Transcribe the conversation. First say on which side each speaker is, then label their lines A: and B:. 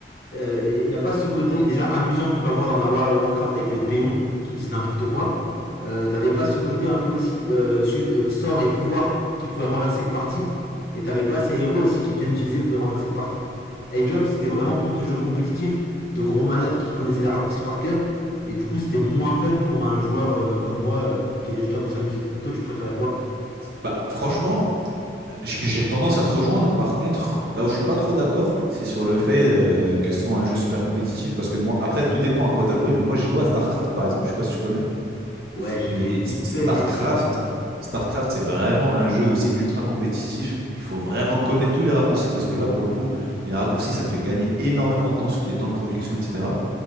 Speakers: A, on the left; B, on the right.
A: il euh, n'y a, a pas ce côté déjà amusant que tu peux avoir dans un War- Warcraft avec les péons qui disent n'importe quoi. Euh, T'avais pas ce côté un peu aussi euh, su- euh, sort et pouvoir qui pouvait renverser une partie. Et t'avais pas ces héros aussi qui bien utilisés pouvaient renverser une partie. Age of c'était vraiment plus le jeu compétitif de gros malades qui connaissaient les raccourcis par cœur. Et du coup c'était moins fun pour un joueur euh, comme moi euh, qui était juste là pour s'amuser. Toi tu préférais quoi
B: Bah, franchement, j- j'ai tendance à te rejoindre. Par contre, là où je suis pas trop d'accord, c'est sur le fait euh, que ce soit un jeu super compétitif. Parce que moi, après, tout dépend à quoi tu as joué. Mais moi, j'ai joué à StarCraft, par exemple. Je sais pas si tu connais.
A: Ouais j'ai
B: Mais
A: joué vite
B: StarCraft,
A: fait mais je connais pas.
B: StarCraft, c'est vraiment un jeu où c'est ultra compétitif. Il faut vraiment connaître tous les raccourcis parce que là, pour le coup, les raccourcis, ça te fait gagner énormément de temps sur tes temps de production, etc.